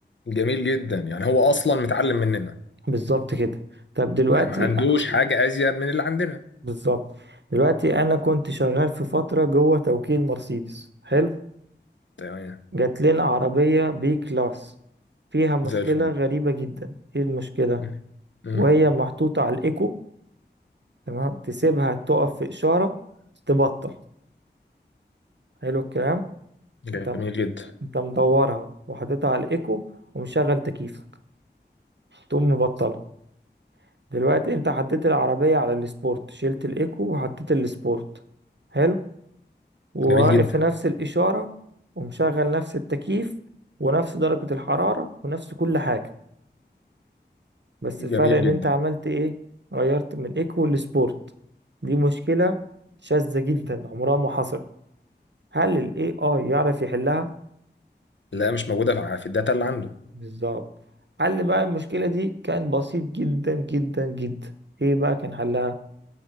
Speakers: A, on the left; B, on the right.
A: جميل جدا يعني هو اصلا متعلم مننا
B: بالظبط كده طب دلوقتي
A: يعني ما عندوش حاجة ازيد من اللي عندنا
B: بالظبط دلوقتي أنا كنت شغال في فترة جوه توكيل مرسيدس حلو
A: تمام
B: جات لنا عربية بي كلاس فيها مشكلة
A: زي الفل
B: غريبة جدا ايه المشكلة
A: مم. مم.
B: وهي محطوطة على الإيكو تمام تسيبها تقف في إشارة تبطل حلو الكلام
A: جميل
B: أنت
A: جدا
B: أنت مدورها وحطيتها على الإيكو ومشغل تكييفك تقوم مبطلها دلوقتي أنت حطيت العربية على السبورت شلت الإيكو وحطيت السبورت حلو وواقف
A: جميل جدا
B: في نفس الإشارة ومشغل نفس التكييف ونفس درجة الحرارة ونفس كل حاجة بس الفرق
A: جميل
B: إن
A: جدا
B: أنت عملت إيه غيرت من إيكو لسبورت دي مشكلة شاذة جدا عمرها ما حصلت هل ال AI يعرف يحلها؟
A: لا مش موجودة في في الداتا اللي عنده
B: بالظبط حل بقى المشكلة دي كان بسيط جدا جدا جدا ايه بقى كان حلها؟